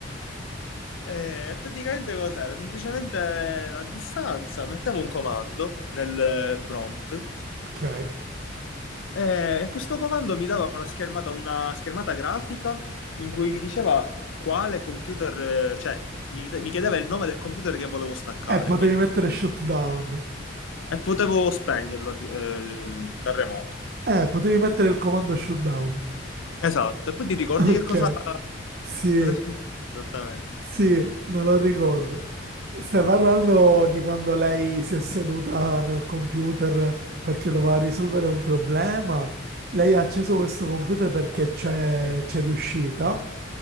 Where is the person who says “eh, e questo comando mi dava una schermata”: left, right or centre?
Left